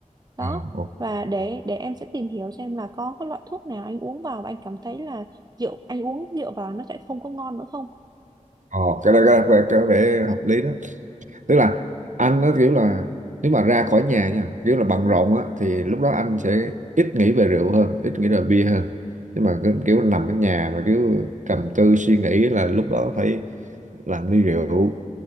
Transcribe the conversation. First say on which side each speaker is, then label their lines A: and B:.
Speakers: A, on the right; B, on the right.
A: đó
B: À, ồ,
A: và để để em sẽ tìm hiểu xem là có cái loại thuốc nào anh uống vào và anh cảm thấy là rượu anh uống rượu vào nó sẽ không có ngon nữa không
B: Ồ, cái đó, cái, đó- cái, có vẻ hợp lý đó tức là anh nó kiểu là nếu mà ra khỏi nhà nha kiểu là bận rộn á thì lúc đó anh sẽ ít nghĩ về rượu hơn ít nghĩ về bia hơn nhưng mà cái- kiểu nằm ở nhà mà kiểu trầm tư suy nghĩ là lúc đó phải làm ly rượu